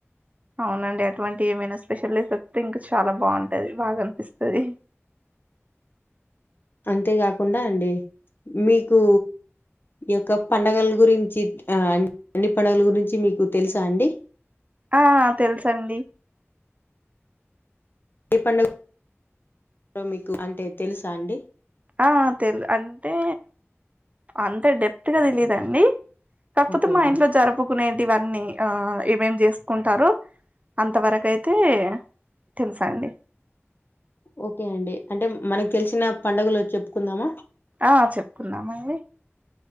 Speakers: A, on the right; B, on the left.
A: అవునండి అటువంటి ఏమైనా స్పెషల్ ఎఫెక్ట్ ఇంక చాలా బావుంటది బాగా అనిపిస్తది
B: అంతేగాకుండా అండి మీకు ఈ యొక్క పండుగల గురించి ఆ అన్ని పడుగల గురించి మీకు తెలుసా అండి
A: ఆ తెలుసండి
B: ఏ పండుగ మీకు అంటే తెలుసా అండి
A: ఆ తెలి అంటే అంత డెప్త్గా తెలీదండి. కాకపోతే
B: ఓకే
A: మా
B: అండి.
A: ఇంట్లో జరుపుకునే ఇవన్నీ ఆ ఏమేం చేసుకుంటారు అంతవరకు అయితే తెలుసా అండి
B: ఓకే అండి అంటే మనకు తెలిసిన పండుగలు చెప్పుకుందామా?
A: ఆ చెప్పుకుందామవి